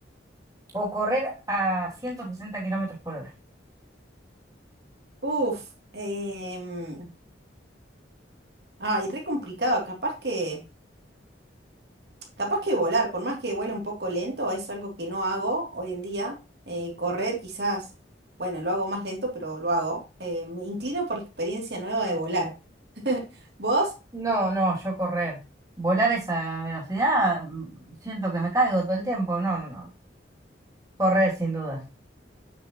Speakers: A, on the right (about 20°); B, on the right (about 60°).
A: o correr a 160 kilómetros por hora?
B: Uf, em, ay, re complicado. Capaz que, capaz que volar, por más que vuele un poco lento, es algo que no hago hoy en día. Eh, correr quizás, bueno, lo hago más lento, pero lo hago. Eh, me inclino por la experiencia nueva de volar. <laughs> Vos
A: No, no, yo correr. Volar a esa velocidad, mm, siento que me caigo todo el tiempo. No, no, no. no. Correr, sin dudas.